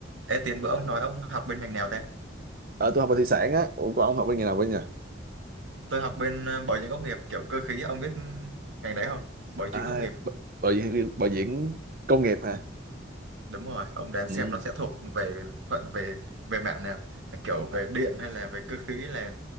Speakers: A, on the right; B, on the right.
A: Ê, tiền bữa ông nói ông học bên ngành nào ta?
B: Ờ, tôi học về thủy sản á. Ủa, còn ông học bên nghề nào bên nhỉ?
A: Tôi học bên ờ, bảo dưỡng công nghiệp kiểu cơ khí, ông biết ngành đấy không? Bảo
B: À,
A: dưỡng công nghiệp.
B: b- bảo diễn, bảo diễn công nghiệp hả?
A: Đúng rồi, ông đoán
B: Ừ.
A: xem nó sẽ thuộc về phận về về mạng nào, kiểu về điện hay là về cơ khí là